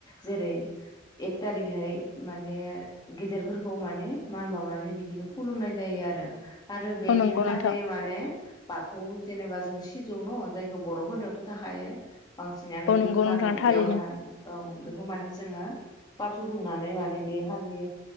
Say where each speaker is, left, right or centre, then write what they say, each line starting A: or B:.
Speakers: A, on the left (about 20°); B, on the left (about 80°).
A: जेरै एक थारिखहाय माने बे गेदेरफोरखौ माने मान बावनानै बिदिनो खुलुमनाय जायो आरो। आरो बेदिन
B: औ नंगौ
A: खालि
B: नोंथां
A: माने थ जेनेबा जों सिजौ न जायखौ बर'फोरनियावथ थाखायो। बांसिनानो
B: औ
A: बेखौ
B: नंगौ
A: माने
B: नोंथां थारैनो
A: बेवहाय औ बेखौ माने जोङो बाथौ दुमनानै माने बे हालि